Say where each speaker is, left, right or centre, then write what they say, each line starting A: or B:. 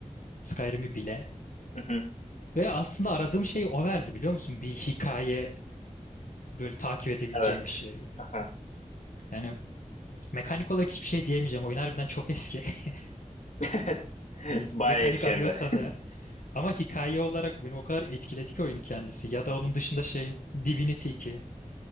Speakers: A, on the left; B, on the left.
A: Skyrim'i bile.
B: Mhm.
A: Ve aslında aradığım şeyi o verdi biliyor musun? Bir hikaye böyle takip edebileceğim
B: Evet.
A: bir şey.
B: Aha.
A: Yani mekanik olarak hiçbir şey diyemeyeceğim. Oyun harbiden çok eski. <laughs>
B: <laughs>
A: Yani
B: Bayağı
A: mekanik
B: eski
A: arıyorsan
B: hem de. <laughs>
A: eğer. Ama hikaye olarak beni o kadar etkiledi ki oyunu kendisi. Ya da onun dışında şey Divinity 2.